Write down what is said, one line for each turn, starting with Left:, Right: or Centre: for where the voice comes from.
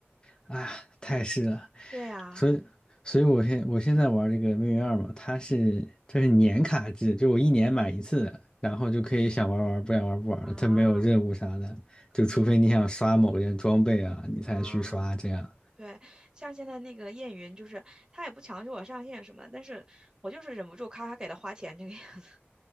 Left: 啊，太是了。
Right: 对啊，
Left: 所以，所以我现我现在玩这个《命运二》嘛，它是它是年卡制，就我一年买一次，然后就可以想玩玩，不想玩不玩了。
Right: 啊
Left: 它没有任务啥的，就除非你想刷某件装备啊，
Right: 啊
Left: 你才去刷这样。
Right: 啊！对，像现在那个燕云，就是他也不强制我上线什么的，但是我就是忍不住咔咔给他花钱这个样子。